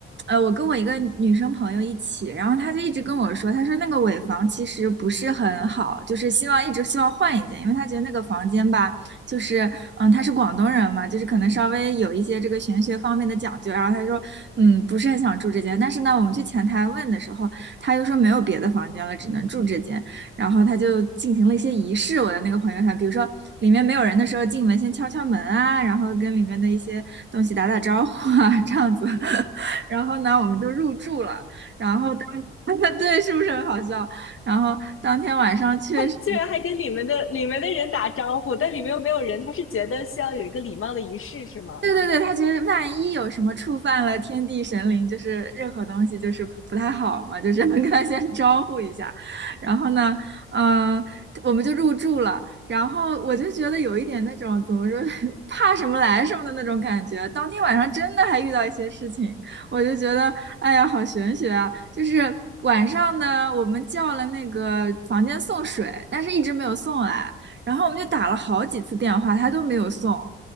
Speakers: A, on the right; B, on the left.
A: 呃，我跟我一个女生朋友一起，然后她就一直跟我说，她说那个尾房其实不是很好，就是希望一直希望换一间，因为她觉得那个房间吧，就是嗯，她是广东人嘛，就是可能稍微有一些这个玄学方面的讲究，然后她说嗯，不是很想住这间，但是呢，我们去前台问的时候，她又说没有别的房间了，只能住这间。然后他就进行了一些仪式。我的那个朋友圈，比如说里面没有人的时候进门先敲敲门啊，然后跟里面的一些东西打打招呼啊，<laughs> 这样子。<laughs> 然后呢，我们就入住了。然后当 <laughs> 对，是不是很好笑？然后当天晚上确实
B: 他居然还跟里面的里面的人打招呼，但里面又没有人，他是觉得需要有一个礼貌的仪式是吗？
A: 对对对，他觉得万一有什么触犯了天地神灵，就是任何东西就是不太好嘛，就是能跟他先招呼一下。然后呢，嗯、我们就入住了。然后我就觉得有一点那种怎么说，<laughs> 怕什么来什么的那种感觉。当天晚上真的还遇到一些事情，我就觉得，哎呀，好玄学啊！就是晚上呢，我们叫了那个房间送水，但是一直没有送来。然后我们就打了好几次电话，他都没有送。